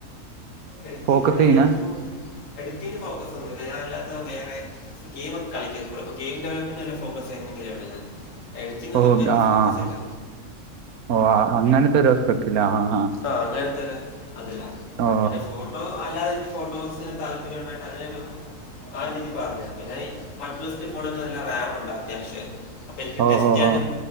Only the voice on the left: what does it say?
എഡിറ്റിങ്ങ്
വേണ്ടിയല്ല
ഞാൻ ചുമ്മാ എഡിറ്റിങ്ങ് ഫോക്കസ് ഒന്നുംല്ല ഞാൻ അല്ലാത്ത വേറെ ഗെയിം ഒക്കെ കളിക്കും അപ്പൊ ഗെയിം ഡെവലപ്പ് ഫോക്കസ് ചെയ്യുന്നെങ്കിലേ ഒള്ളു ഞാൻ എഡിറ്റിംങ്ങ് ഒന്നും
ഇപ്പം എനിക്ക്
ഫോക്കസ് ഇല്ല
ആഹ അങ്ങനത്തെ ഒരു അതിലാ
പിന്നെ ഫോൺ ഫോട്ടോ അല്ലാതെ എനിക്ക് ഫോട്ടോസിന് താല്പര്യം ഉണ്ടായിട്ട് ആ രീതിയിൽ പറഞ്ഞ പിന്നെഈ വൺപ്ലസ് ഫോൺ നല്ല റാം ഉണ്ട് അത്യാവശ്യമെ അപ്പ എനിക്ക്
ടെസ്റ്റ്
ചെയ്യാനും